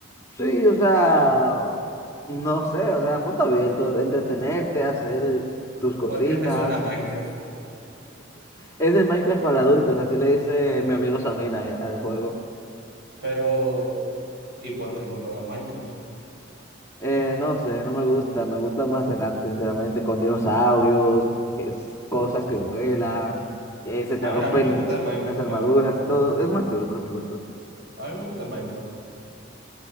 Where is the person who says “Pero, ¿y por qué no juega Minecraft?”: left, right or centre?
Right